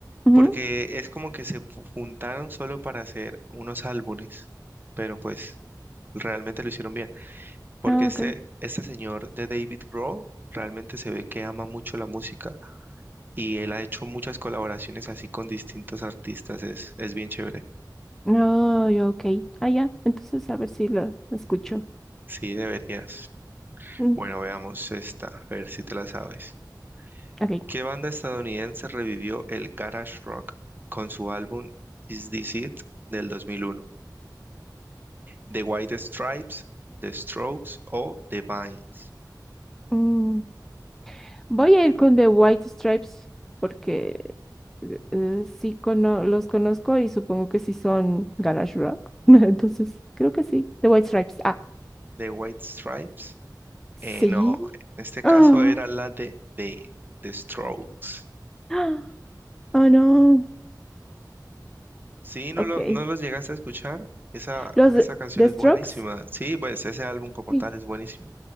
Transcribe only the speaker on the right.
Porque es como que se fu- juntaron solo para hacer unos álbumes, pero pues realmente lo hicieron bien. Porque
este,
este señor de David Grohl realmente se ve que ama mucho la música y él ha hecho muchas colaboraciones así con distintos artistas. Es, es bien chévere.
Sí, deberías.
Bueno, veamos esta, a ver si te la sabes.
¿Qué banda estadounidense revivió el garage rock con su álbum Is This It del 2001? The White Stripes, The Strokes o The Vines.
The White Stripes.
eh, no, en este
caso era la de The, The Strokes.
Sí, no
lo, no los llegaste a escuchar. Esa,
esa canción
es
buenísima. Sí, pues ese álbum como
tal es buenísimo.